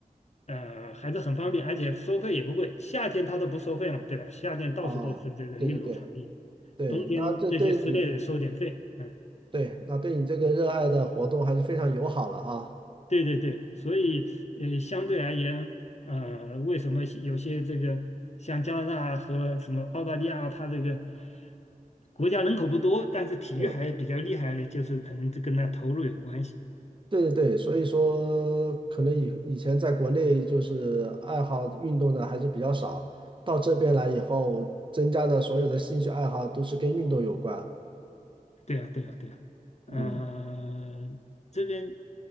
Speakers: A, on the left; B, on the right.
A: 呃还是很方便，而且收费也不贵。夏天它都不收费嘛，对吧？夏天到处都是这个运动场地，
B: 啊，对对对对，
A: 冬天这些室内的收点费。
B: 那这对你
A: 嗯，
B: 对，那对你这个热爱的活动还是非常友好了哈，
A: 对对对，所以呃相对而言，呃为什么有些这个像加拿大和什么澳大利亚，它这个国家人口不多，但是体育还比较厉害呢？
B: 嗯，
A: 就是可能这跟它投入有关系。
B: 对对对，所以说可能以以前在国内就是爱好运动的还是比较少，到这边来以后，增加的所有的兴趣爱好都是跟运动有关，
A: 对啊，对啊，对啊，呃，
B: 嗯。
A: 这边，